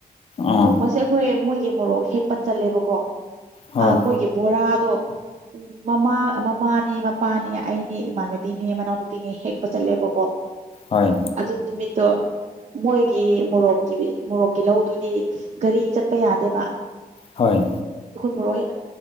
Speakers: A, on the left; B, on the right.
A: ꯑꯥ
B: ꯅꯣꯡꯃꯁꯦ ꯑꯩꯈꯣꯏ ꯃꯣꯏꯒꯤ ꯃꯣꯔꯣꯛ ꯍꯦꯛ ꯄꯠꯆꯜꯂꯦꯕꯀꯣ
A: ꯍꯣꯏ
B: ꯃꯣꯏꯒꯤ ꯕꯣꯔꯥ ꯇ ꯎꯝ ꯃꯃꯥ ꯃꯃꯥꯅꯦ ꯃꯄꯥꯅꯦ ꯑꯩꯅꯦ ꯏꯃꯥꯟꯅꯕꯤꯅꯦ ꯃꯅꯥꯎꯅꯨꯄꯤꯅꯦ ꯍꯦꯛꯄ ꯆꯠꯂꯦꯕꯀꯣ
A: ꯍꯣꯏ
B: ꯑꯗꯨ ꯅꯨꯃꯤꯠꯇꯣ ꯃꯣꯏꯒꯤ ꯃꯣꯔꯣꯛꯀꯤ ꯃꯣꯔꯣꯛꯀꯤ ꯂꯧꯗꯨꯗꯤ ꯒꯥꯔꯤ ꯆꯠꯄ ꯌꯥꯗꯦꯕ
A: ꯍꯣꯏ
B: ꯄꯨꯣꯍꯤꯜ